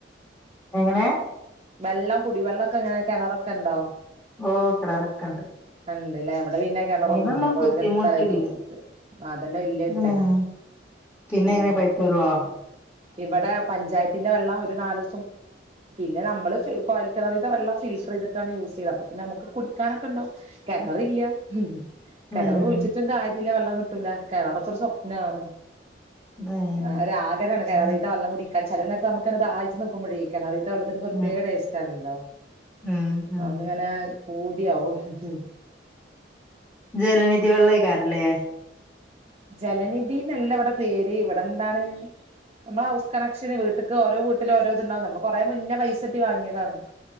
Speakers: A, on the left; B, on the right.
A: എങ്ങനെ
B: വെള്ളം കുടി വെള്ളൊക്കെ എങ്ങനെ കിണറൊക്കെ ഉണ്ടോ
A: ഓ കിണറൊക്കെണ്ട്
B: ഉണ്ട്ല്ല ഇവിടെ പിന്നെ കിണറൊന്നുല്ല
A: അയിനൊന്നും
B: പുഴന്റെ
A: ബുദ്ധിമുട്ടില്ല
B: അടുത്തായതോണ്ടിട്ട് അതന്നെ വല്ല്യ കിട്ടലാണ്
A: ഉം പിന്നെ
B: ഉം
A: എങ്ങനെയ പൈപ്പ് വെള്ളോ
B: ഇവിടെ പഞ്ചായത്തിന്റെ വെള്ളം ഒരു നാല് പിന്ന നമ്മള് കോയൽകിണറീത്ത വെള്ളംഫിൽട്ര് ചെയ്തിട്ടാണ് യൂസ് ചെയ്ത് അപ്പ പിന്നെ നമുക്ക് കുടിക്കാനൊക്കെ ഉണ്ടാവും കിണറില്ല ഉം കിണർ
A: ഉം
B: കുഴിച്ചിട്ടും കാര്യല്ല വെള്ളം കിട്ടൂല കിണറൊക്കെ ഒരു സ്വപ്നാണ്
A: ഏഹ്
B: ആ ഒരാഗ്രഹാണ് കിണറീത്തെ
A: ഉം
B: വള്ളം കുടിക്കാ ചില നേരത്ത് നമുക്ക് ദായിച്ചു നിക്കുമ്പോഴേക്ക കിണറീത്ത വെള്ളം പ്രത്യേക
A: ഉം
B: ടേസ്റ്റ് ആണല്ലോ
A: ഉം ഉം
B: അതിങ്ങനെ പൂതിയാവും ഹ് ഹ്
A: ജലനിധി വള്ളേക്കാരല്ലേ
B: ജലനിധി ന്നല്ല ഇവിടെ പേര് ഇവിടെ എന്താണ് നമ്മള ഹൗസ് കണക്ഷന് വീട്ട്ക്ക് ഓരോ വീട്ടിലും ഓരോ ത്ണ്ടാവും നമ്മള് കുറെമുന്നേ പൈസട്ടി വാങ്ങിയതാണ്